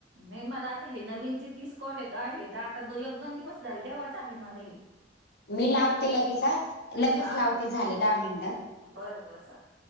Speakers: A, on the right; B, on the left.
A: नाही मला आता हे नवीनचे तीस कॉल आहे का हे तर आता एक दोन दिवस झाले तेव्हाच आले मला हे
B: मी
A: दोन
B: लावते
A: तीन
B: लगेच लगेच
A: हां हां.
B: लावते झाले दहा मिनटं
A: बरं बर चाल